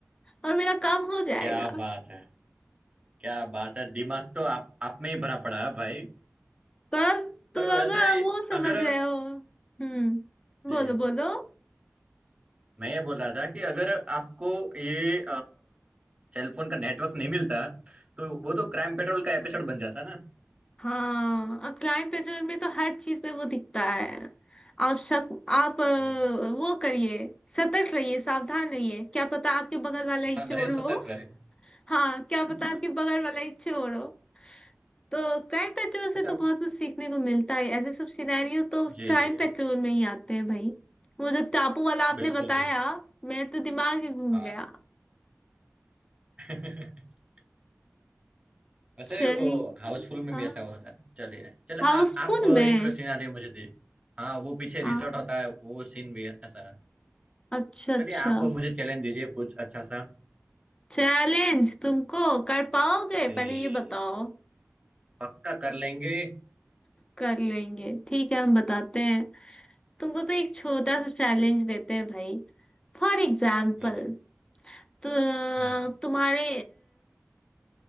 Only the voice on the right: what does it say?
क्या बात है क्या बात है दिमाग तो आप आप में ही भरा पड़ा है भाई
और
वैसे
अगर
जी
मैं ये बोल रहा था कि अगर आपको ये सेलफोन का नेटवर्क नहीं मिलता तो वो तो क्राइम पेट्रोल का एपिसोड बन जाता ना
जी जी
इंसान
रहे सतर्क
रहे
<laughs>
अच्छा
जी
जी
बिल्कुल
बिल्कुल
हाँ
<laughs> वैसे
वो हाउसफुल में
भी ऐसा हुआ था चलिए चलो
आप आप एक
सिनारियो मुझे दीजिए हाँ वो पीछे रिसोर्ट
होता है वो सीन भी ऐसा है
चलिए आप मुझे चैलेंज दीजिए कुछ अच्छा सा
जी
पक्का कर लेंगे
जी जी
हम्म